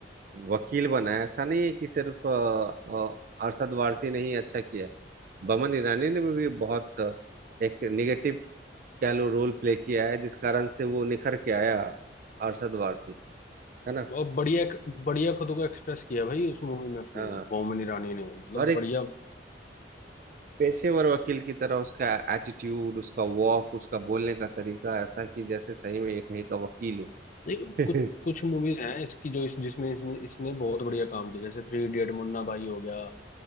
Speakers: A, on the right; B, on the left.
A: वकील बना है ऐसा नहीं है कि सिर्फ अ, अ, अरशद वारसी ने ही अच्छा किया है बमन ईरानी ने भी बहुत अ, एक निगेटिव कह लो रोल प्ले किया है जिस कारण से वो निखर के आया अरशद वारसी है ना
B: और बढ़िया बढ़िया खुद को एक्सप्रेस किया भाई उस मूवी में उसने
A: हाँ
B: बोमन ईरानी ने मतलब
A: और एक
B: बढ़िया
A: पेशेवर वकील की तरह उसका एटीट्यूड उसका वॉक उसका बोलने का तरीका ऐसा कि जैसे सही में ये कहीं का वकील हो
B: नहीं
A: <laughs>
B: कुछ कुछ मूवीज हैं इसकी जो इस जिसमें इसने इसने बहुत बढ़िया काम किया जैसे थ्री इडियट मुन्ना भाई हो गया